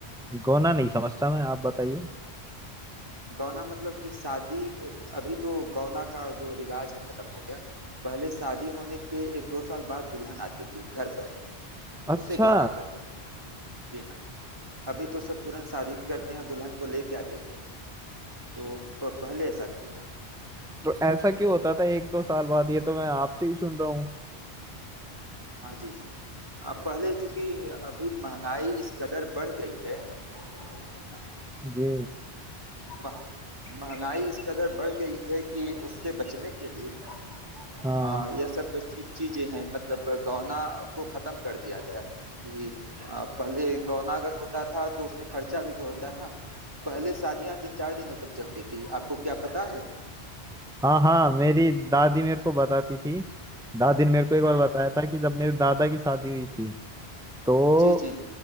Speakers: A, in the centre; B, on the right.
A: गोना नहीं समझता मैं आप बताइए
B: गौना मतलब कि शादी अभी तो गौना का जो रिवाज है खत्म हो गया पहले शादी होने के एक दो साल बाद दुल्हन आती थी घर पर
A: अच्छा
B: उसे गौना कहते थे जी हाँ अभी तो सब तुरंत शादी करते हैं और दुल्हन को लेके आते थे तो प- पहले ऐसा नहीं था
A: तो ऐसा क्यों होता था एक दो साल बाद ये तो मैं आपसे ही सुन रहा हूँ
B: हाँ जी जी आ, पहले चूंकि अभी महंगाई इस कदर बढ़ गई है ना
A: जी
B: मह- महंगाई इस कदर बढ़ गई है कि उससे बचने के लिए
A: हाँ
B: आ, यह सब चीज चीजें हैं मतलब गौना को खत्म कर दिया गया कि आ, पहले गौना अगर होता था तो उसमें खर्चा भी तो होता था पहले शादियां तीन चार दिनों तक चलती थी आपको क्या पता है
A: हाँ हाँ मेरी दादी मेरे को बताती थी दादी ने मेरे को एक बार
B: हम्म
A: बताया था कि जब मेरे दादा की शादी हुई थी तो
B: जी जी